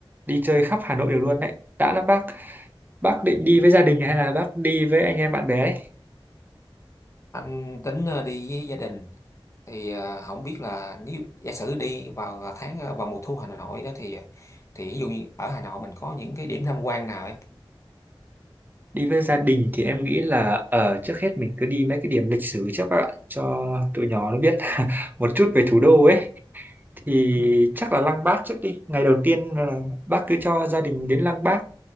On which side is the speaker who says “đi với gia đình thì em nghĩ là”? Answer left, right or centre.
Right